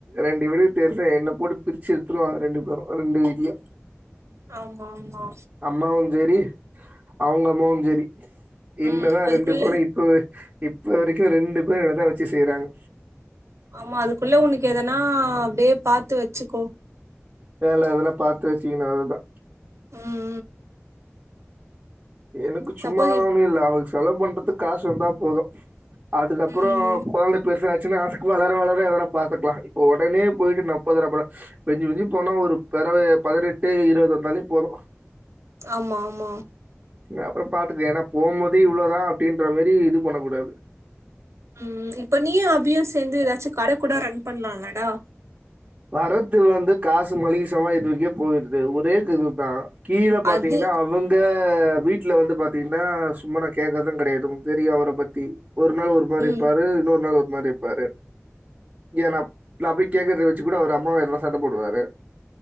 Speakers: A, on the right; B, on the right.
A: ரெண்டு பேருகோ தெரிச என்ன போட்டு பிரிச்சு எடுத்துடுவாங்க ரெண்டு பேரு ரெண்டு வீ்ட்லயு
B: ஆமா ஆமா
A: அம்மாவும் செரி அவுங்க அம்மாவும் செரி என்னதா
B: ம் அதுக்குள்ள
A: ரெண்டு பேரு இப்போவே இப்ப வரைக்கு ரெண்டு பேரு என்னதா வெச்சு செய்றாங்க
B: ஆமா அதுக்குள்ள உனக்கு எதனா அப்டியே பாத்து வெச்சிக்கோ
A: வேல எதனா பாத்து வெச்சிக்கணு அவள்தா
B: ம்
A: எனக்கு
B: சப்போஸ்
A: சும்மாவானு
B: இப்
A: இல்ல அவளுக் செலவு பண்றதுக்கு காசு வந்தா போது அதுக்கப்றோ
B: ம்
A: கொழந்தப் பெருசாச்சுன்னா ஆதுக் வளர வளர எதனா பாத்துக்லா இப்ப ஒடனே போயிட்டு நாப்பதாயிருபால மிஞ்சி மிஞ்சி போனா ஒரு போடவைய பதினெட்டு இருவது வந்தாலே போது
B: ஆமா ஆமா
A: அப்றோ பாத்துக்லா ஏன்னா போகம்போத இவ்ளோதா அப்டின்ற மாரி இது பண்ணக் கூடாது
B: ம் இப்ப நீயு அபியு சேந்து ஏதாச்சும் கட கூட ரன் பண்ணலாம்லடா
A: வரத்து வந்து காசு மலிக சாமா இதுவுக்கே போயிடுது ஒரே இதுக் தா கீழ பாத்தீங்கன்னா
B: அது
A: அவுங் எங்க வீட்ல வந்து பாத்தீங்கன்னா சும்மா நா கேக்கறது கெடையாது தெரியு அவர பத்தி ஒரு நாள் ஒரு மாரி
B: ம்
A: இருப்பாரு இன்னொரு நாள் ஒரு மாரி இருப்பாரு ஏ நா நா போய் கேக்குற வெச் வெச்சி கூடோ அவரு அம்மாவ எதனா சண்ட போடுவாரு